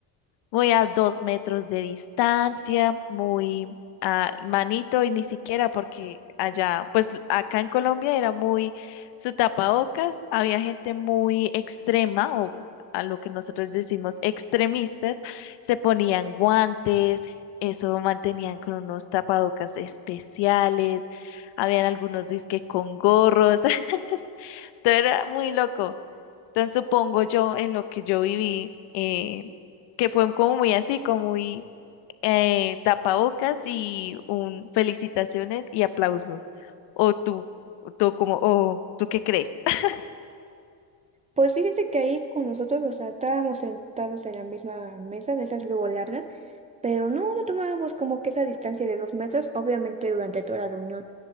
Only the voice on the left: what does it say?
muy a dos metros de distancia, muy a manito y ni siquiera porque allá, pues acá en Colombia era muy su tapabocas, había gente muy extrema o a lo que nosotros decimos extremistas, se ponían guantes, eso mantenían con unos tapabocas especiales, habían algunos disque con gorros, <laughs> todo era muy loco. Entonces supongo yo en lo que yo viví, eh, que fue como muy así, como muy eh, tapabocas y un felicitaciones y aplauso. O tú, tú como, o tú qué crees. <laughs>